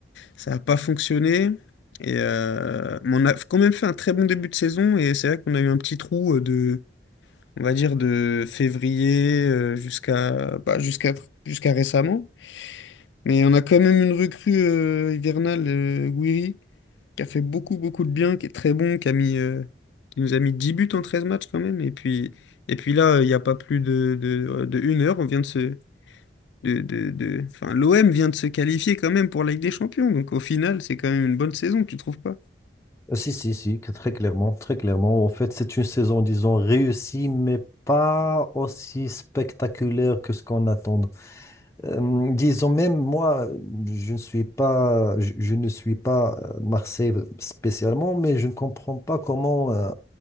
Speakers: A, on the left; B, on the left.
A: ça n'a pas fonctionné. Et, euh, mais on a quand même fait un très bon début de saison et c'est vrai qu'on a eu un petit trou euh, de, on va dire, de février euh, jusqu'à bah, jusqu'à jusqu'à récemment. Mais on a quand même une recrue euh, hivernale, euh, Guiri qui a fait beaucoup, beaucoup de bien, qui est très bon, qui a mis, euh, qui nous a mis 10 buts en 13 matchs quand même. Et puis, et puis là, il n'y a pas plus de, de, de une heure, on vient de se... De, de, de... Enfin, l'OM vient de se qualifier quand même pour la Ligue des Champions. Donc au final, c'est quand même une bonne saison, tu trouves pas?
B: Ah, Si, si, si, que très clairement, très clairement. En fait, c'est une saison, disons, réussie, mais pas aussi spectaculaire que ce qu'on attend. Euh, disons, même moi, je ne suis pas, je, je ne suis pas euh, Marseille spécialement, mais je ne comprends pas comment euh,